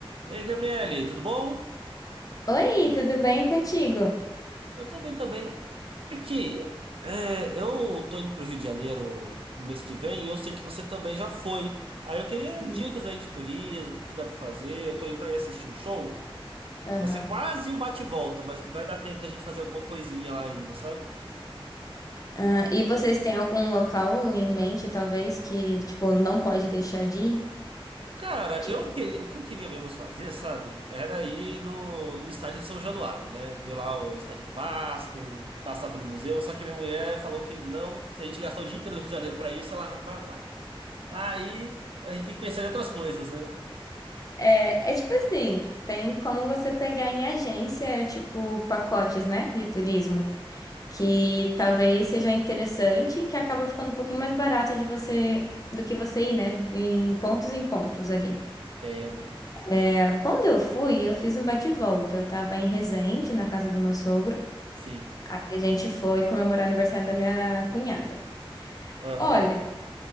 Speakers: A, on the right; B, on the left.
A: Ei, Gabriele, tudo bom?
B: Oi, tudo bem contigo?
A: Eu tô bem também. Aqui, é, eu tô indo pro Rio de Janeiro no mês que vem e eu sei que você também já foi. Aí eu queria
B: Hum.
A: dicas aí de turismo, o que que dá pra fazer. Eu tô indo pra ir assistir um show.
B: Aham.
A: Vai ser quase um bate-volta, mas vai dar tempo da gente fazer alguma coisinha lá ainda, sabe?
B: Ah, e vocês têm algum local em mente, talvez, que, tipo, não pode deixar de ir?
A: Cara,
B: Tipo,
A: eu queria, o que eu queria mesmo fazer, sabe? Era ir no, no estádio de São Januário, né? Ver lá o estádio do Vasco, passar pelo museu. Só que minha mulher falou que não, se a gente gastar o dia inteiro no Rio de Janeiro pra isso, ela vai me matar. Aí a gente tem que pensar em outras coisas, né?
B: é, é tipo assim, tem como você pegar em agência, tipo, pacotes, né, de turismo, que talvez seja interessante, que acaba ficando um pouquinho mais barato de você, do que você ir, né, em pontos em pontos ali.
A: Entendo.
B: É, quando eu fui, eu fiz um bate-volta, eu tava em Resende, na casa do meu sogro,
A: Sim.
B: Aí a gente foi comemorar o aniversário da minha cunhada.
A: Aham.
B: Olha,